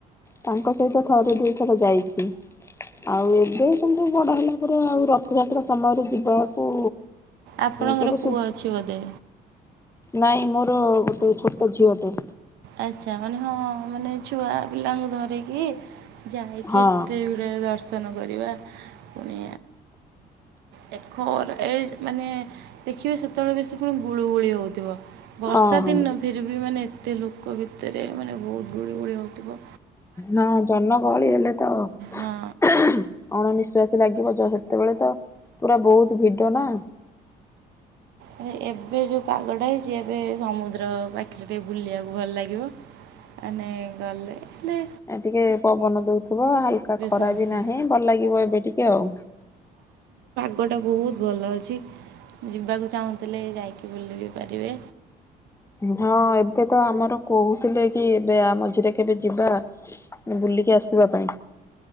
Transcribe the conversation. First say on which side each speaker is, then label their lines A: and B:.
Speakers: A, on the left (about 15°); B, on the right (about 85°).
A: ତାଙ୍କ ସହିତ ଥରେ ଦୁଇଥର ଯାଇଛି। ଆଉ ଏବେ କିନ୍ତୁ ବଡ ହେଲା ପରେ ଆଉ ରଥଯାତ୍ରା ସମୟରେ ଯିବାକୁ
B: ଆପଣଙ୍କର
A: କେବେ ସୁ
B: ପୁଅ ଅଛି ବୋଧେ?
A: ନାଇଁ ମୋର ଗୋଟେ ଛୋଟ ଝିଅ ଟେ।
B: ଆଚ୍ଛା ମାନେ ହଁ ମାନେ ଛୁଆ ପିଲାଙ୍କୁ ଧରିକି ଯାଇକି
A: ହଁ
B: ଏତେ ଭିଡ଼ରେ ଦର୍ଶନ କରିବା, ପୁଣି ଦେଖର ଏ ମାନେ ଦେଖିବେ ସେତେବେଳେ ବେଶୀ ପୁଣି ଗୁଳୁଗୁଳି ହଉଥିବ। ବର୍ଷା
A: ହଁ ହଁ।
B: ଦିନ ଫିର୍ ବି ମାନେ ଏତେ ଲୋକ ଭିତରେ ମାନେ ବହୁତ ଗୁଳି ଗୁଳି ହଉଥିବ।
A: ହଁ ଜନ ଗହଳି ହେଲେ ତ, ଆହାଁ
B: ହଁ।
A: ହାଁ ଅଣ ନିିଶ୍ଵାସ ଲାଗିବ ଯେତ ସେତେବେଳେ ତ ପୁରା ବହୁତ ଭିଡ ନା।
B: ମ ଏବେ ଯୋଉ ପାଗଟା ହେଇଛି ଏବେ ସମୁଦ୍ର ପାଖରେ ଟିକେ ବୁଲିବାକୁ ଭଲ ଲାଗିବ। ଆନେ ଗଲେ ନେ
A: ଏ ଟିକେ ପବନ ଦଉଥିବ ହାଲକା ଖରା
B: ସମସ୍ତେ।
A: ବି ନାହିଁ ଭଲ ଲାଗିବ ଏବେ ଟିକେ ଆଉ।
B: ପୋଗଟା ବହୁତ ଭଲ ଅଛି, ଯିବାକୁ ଚାହୁଁଥିଲେ ଯାଇକି ବୁଲି ବି ପାରିବେ।
A: ହଁ ଏବେ ତ ଆମର କହୁଥିଲେ କି ଏବେ ଆମ ମଝିରେ କେବେ ଯିବା ବୁଲିକି ଆସିବା ପାଇଁ।